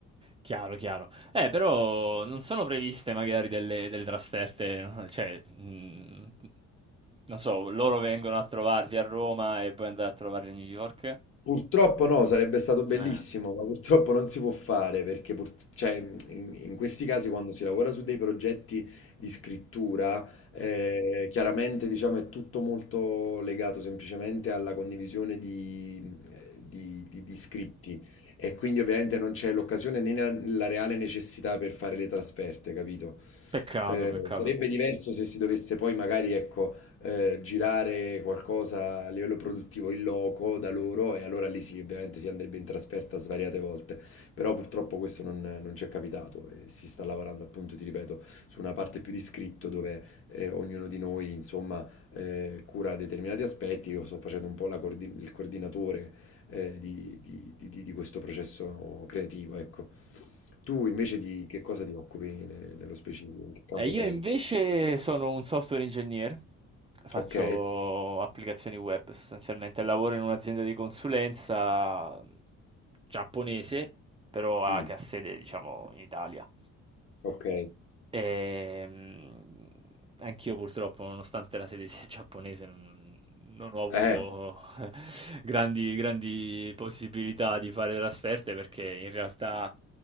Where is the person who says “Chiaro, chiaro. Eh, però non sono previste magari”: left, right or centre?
Right